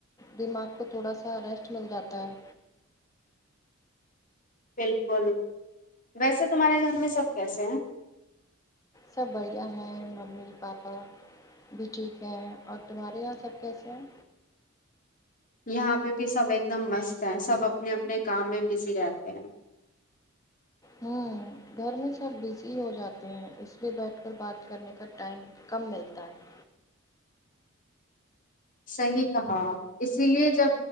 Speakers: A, on the left; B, on the left.
A: دماغ کو تھوڑا سا ریسٹ مل جاتا ہے
B: بالکل ویسے تمہارے گھر میں سب کیسے ہیں
A: سب بڑھیا ہیں ممی پاپا بھی ٹھیک ہے اور تمہارے یہاں سب کیسے ہیں
B: یہاں پہ بھی سب ایک دم مست ہے سب اپنے اپنے کام میں بزی رہتے ہیں
A: ہوں گھر میں سب بزی ہو جاتے ہیں اس لیے بیٹھ کر بات کرنے کا ٹائم کم ملتا ہے
B: صحیح کہا اسی لیے جب